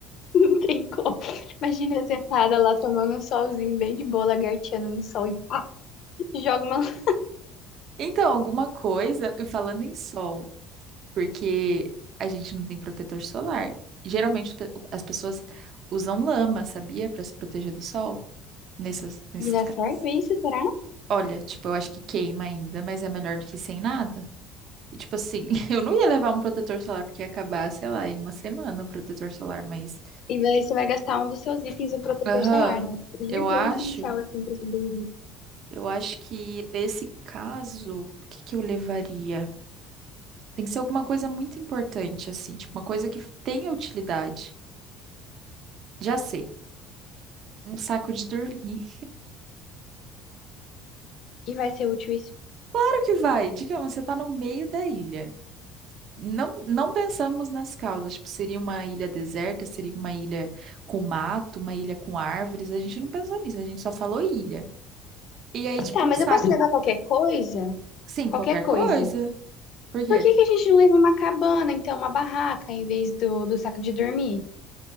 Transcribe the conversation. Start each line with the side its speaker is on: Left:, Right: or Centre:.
Left: <laughs> não tem como. Imagina eu sentada lá tomando um solzinho bem de boa, lagarteando no sol e <laughs> joga uma lança.
Right: Então, alguma coisa, e falando em sol. porque a gente não tem protetor solar. Geralmente pe- as pessoas usam lama, sabia? Para se proteger do sol. Nessas, nesses
Left: E dá
Right: casos.
Left: certo isso, será?
Right: Olha, tipo, eu acho que queima ainda, mas é melhor do que sem nada. E tipo assim, <laughs> eu não ia levar um protetor solar porque ia acabar, sei lá, em uma semana o protetor solar, mas.
Left: E daí você vai gastar um dos seus itens, um protetor
Right: Aham,
Left: solar, né? Nem
Right: eu
Left: é tão
Right: acho,
Left: essencial assim pra sobreviver.
Right: eu acho que nesse caso, o que que eu levaria? Tem que ser alguma coisa muito importante, assim, tipo, uma coisa que tenha utilidade. Já sei. Um saco de dormir.
Left: E vai ser útil isso.
Right: Claro que vai. Digamos, você está no meio da ilha. Não, não pensamos nas causas. Tipo, seria uma ilha deserta, seria uma ilha com mato, uma ilha com árvores. A gente não pensou nisso, a gente só falou ilha. E aí, tipo,
Left: Tá,
Right: um
Left: mas
Right: saco.
Left: eu posso levar qualquer coisa?
Right: Sim,
Left: qualquer
Right: qualquer
Left: coisa.
Right: coisa. Por quê?
Left: Por que que a gente não leva uma cabana, então, uma barraca, em vez do, do saco de dormir?